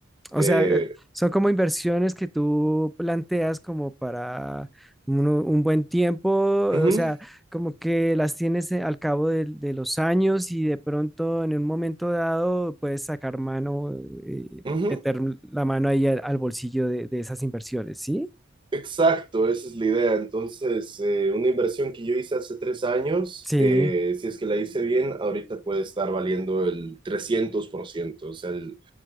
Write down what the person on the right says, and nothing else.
eh,
ujú,
ujú.
Exacto, esa es la idea. Entonces, eh, una inversión que yo hice hace tres años,
eh, si es que la hice bien, ahorita puede estar valiendo el 300%, o sea, el-